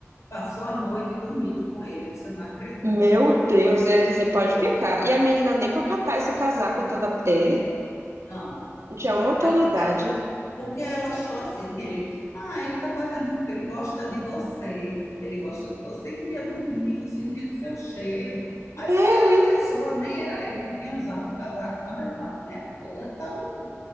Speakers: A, on the left; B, on the right.
A: passou a noite dormindo com ele. Eu disse: Eu não acredito.
B: Meu Deus, ele ia dizer, pode
A: Foi.
B: ficar. E a menina nem pra catar esse casaco toda dele.
A: Não.
B: Já é uma autoridade.
A: Ela, é porque ela achou assim que ele, ah, ele tá fazendo isso porque ele gosta de você. Ele gosta de você, queria dormir, com sentindo seu cheiro. Mas
B: Eu,
A: foi ela
B: hein?
A: que usou, nem era eu que tinha usado o casaco, na verdade, né? Foi ela que estava usando.